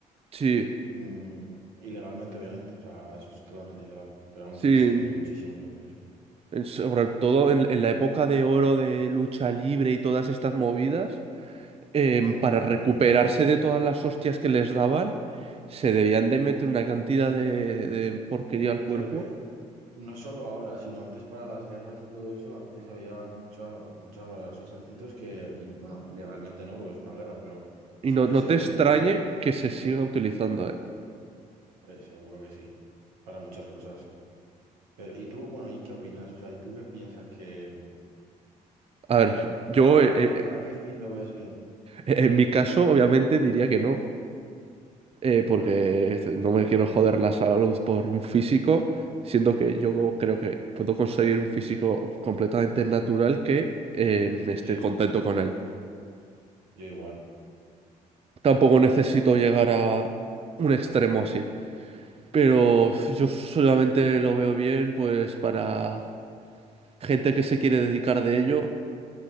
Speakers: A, on the right (about 30°); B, on the right (about 85°).
A: Sí,
B: mm, ilegalmente, obviamente. O sea, eso es totalmente ilegal. Pero vamos
A: sí,
B: que sí, que hay muchísimos yo pienso.
A: en- sobre todo en, en la época de oro de lucha libre y todas estas movidas, em,
B: Jo,
A: para
B: un
A: recuperarse
B: mogollón.
A: de todas las hostias que les daban, se debían de meter una cantidad de, de porquería al
B: Y
A: cuerpo.
B: creo que no solo ahora, sino antes para las guerras y todo eso, antes había muchas, muchos ejércitos que, y, bueno, ilegalmente no, porque es una guerra, pero
A: Y
B: sí
A: no,
B: que
A: no
B: se
A: te extrañe
B: dopaban.
A: que se siga utilizando, ¿eh?
B: Hombre, seguro que sí. Para muchas cosas. Pero, ¿y tú, bueno, y qué opinas? O sea, ¿y tú qué piensas que
A: A ver, yo,
B: ¿Para
A: eh, eh,
B: qué, para qué fin lo ves bien?
A: Eh, En mi caso, obviamente, diría que no, eh, porque
B: Claro,
A: no me quiero joder la salud por un físico, siendo que yo creo que puedo conseguir un físico completamente natural que eh, esté
B: sí,
A: contento con él.
B: yo igual.
A: Tampoco necesito llegar a un extremo así, pero yo solamente lo veo bien, pues, para gente que se quiere dedicar de ello,